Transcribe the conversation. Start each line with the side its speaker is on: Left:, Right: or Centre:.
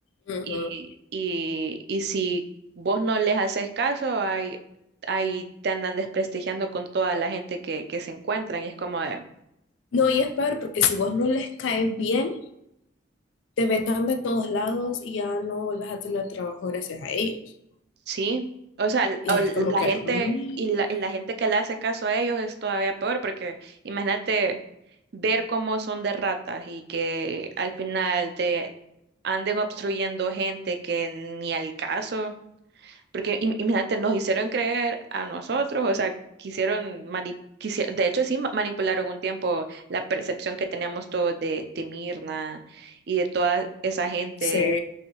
Left: ujú.
Right: y, y, y si vos no les haces caso, ahí, ahí te andan desprestigiando con toda la gente que, que se encuentran y es como de,
Left: No, y es peor porque si vos no les caes bien, te vetan de todos lados y ya no vuelvas a tener trabajo gracias a ellos.
Right: Sí, o sea, l-
Left: Y
Right: o l-
Left: es como
Right: la
Left: que,
Right: gente
Left: mm,
Right: y la, y la gente que le hace caso a ellos es todavía peor, porque imagínate ver cómo son de ratas y que al final te anden obstruyendo gente que ni al caso, porque im- imagínate, nos hicieron creer a nosotros, o sea, quisieron mani- quisie- de hecho sí ma- manipularon un tiempo la percepción que teníamos todos de, de Mirna y de toda esa gente
Left: sí,